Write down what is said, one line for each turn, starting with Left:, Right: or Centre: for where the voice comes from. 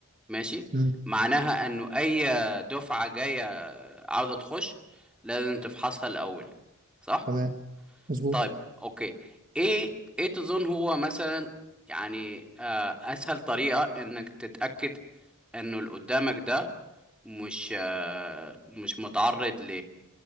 Centre: ماشي
Right: مم،
Centre: معناها انه اي دفعه جايه عاوزه تخش لازم تفحصها الاول صح
Right: تمام مظبوط
Centre: طيب اوكي ايه ايه تظن هو مثلا يعني آه، اسهل طريقة انك تتأكد انه اللي قدامك ده مش آه، مش متعرض ل